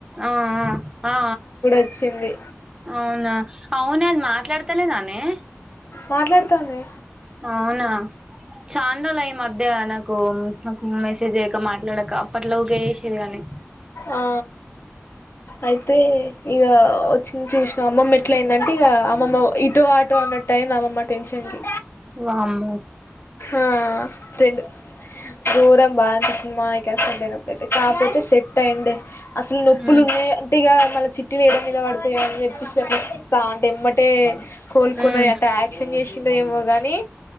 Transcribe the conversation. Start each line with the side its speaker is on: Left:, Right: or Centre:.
Right: ఆ ఆ
Left: వచ్చింది
Right: అవునా అవునే అది మాట్లాడు తెలిదనే
Left: మాట్లాడతాందే
Right: అవునా <unintelligible> ఈ మధ్య నాకు మెసేజ్ చెయ్యక మాట్లాడక అప్పట్లో ఒకే <unintelligible>
Left: ఆ అయితే ఇక వచ్చిన చూసిన అమ్మమ్మ ఎట్ల అయిందంటే ఇక అమ్మమ్మ ఇటో ఆటో అన్నట్టు అయింది అమ్మమ్మ తెల్సింది.
Right: వామ్మో
Left: ఆ టెండ్ దూరం బాగనిపిచ్చింది, మావయ్యకి ఆ శబ్ద నప్పుడయితే, కాకపోతే సెట్ అయ్యిండె అసలు నొప్పులు
Right: హ్మ్
Left: ఉన్నయ గట్టిగా మళ్ళ చిట్టీలు ఏయడం మీద బడుతయని జెప్పిసి, అట్ల స్తా అంటే ఎమ్మటే కోలుకున్న
Right: హ్మ్
Left: యట యాక్షన్ జేసిండో ఏమో గని